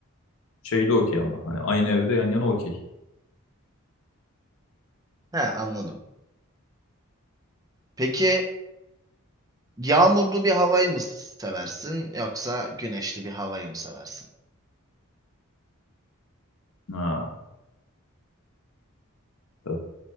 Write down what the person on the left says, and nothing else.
Şeyde okey ama. Hani aynı evde yan yana okey.
Ha. Yok.